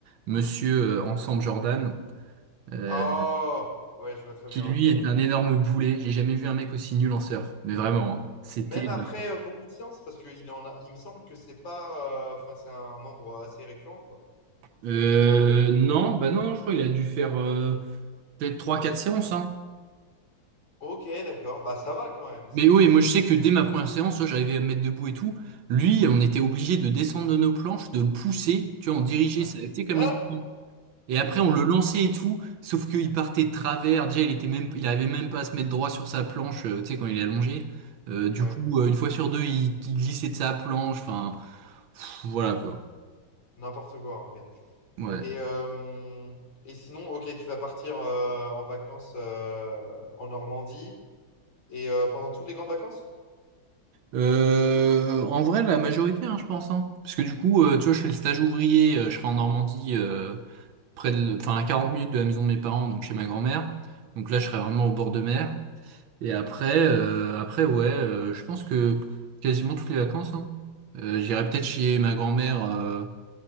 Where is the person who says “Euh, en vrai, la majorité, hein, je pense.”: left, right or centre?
Right